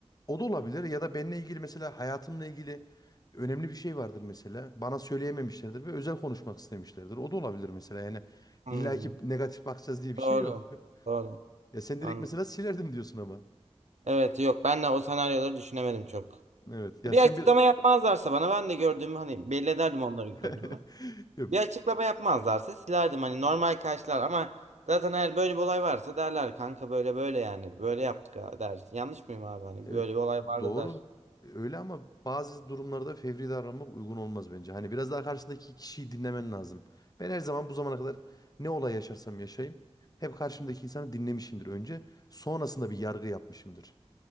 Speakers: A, on the left; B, on the right.
A: o da olabilir ya da benimle ilgili mesela hayatımla ilgili önemli bir şey vardır mesela. Bana söyleyememişlerdir ve özel konuşmak istemişlerdir. O da olabilir mesela yani
B: Anladım.
A: illa ki negatif bakacağız diye bir
B: Doğru.
A: şey yok. <laughs>
B: Doğru.
A: Ya sen
B: Anladım.
A: direkt mesela silerdim diyorsun ama.
B: Evet yok ben de o senaryoları düşünemedim çok.
A: Evet ya
B: Bir
A: sen
B: açıklama
A: bir...
B: yapmazlarsa bana ben de gördüğümü hani belli ederdim onları gördüğümü.
A: <laughs> Ya
B: Bir açıklama yapmazlarsa silerdim hani normal karşılar ama zaten eğer böyle bir olay varsa derler kanka böyle böyle yani böyle yaptık ha," der. Yanlış mıyım abi hani
A: Evet,
B: böyle bir olay vardı
A: doğru.
B: der.
A: E, Öyle ama bazı durumlarda fevri davranmak uygun olmaz bence. Hani biraz daha karşındaki kişiyi dinlemen lazım. Ben her zaman bu zamana kadar ne olay yaşarsam yaşayayım hep karşımdaki insanı dinlemişimdir önce. Sonrasında bir yargı yapmışımdır.